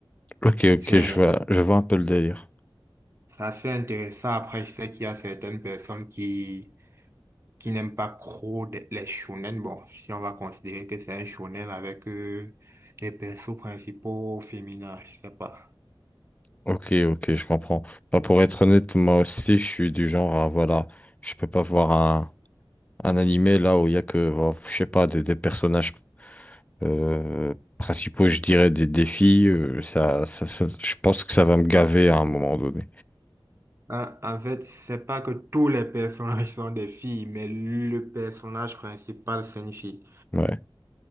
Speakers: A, on the left; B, on the right.
A: Ok, ok,
B: C'est
A: je vois, je vois un peu le délire.
B: c'est assez intéressant. Après, je sais qu'il y a certaines personnes qui qui n'aime pas trop de- les shonen. Bon, si on va considérer que c'est un shonen avec euh, les persos principaux féminins, je sais pas.
A: Ok, ok, je comprends. Bah, pour être honnête, moi aussi, je suis du genre à, voilà, je peux pas voir un, un animé là où il y a que, bah, je sais pas, des, des personnages euh, principaux, je dirais, des défis. euh, ça, ça, ça- je pense que ça va me gaver à un moment donné.
B: Hein, en fait, c'est pas que tous les personnages sont des filles, mais le personnage principal, c'est une fille.
A: Ouais.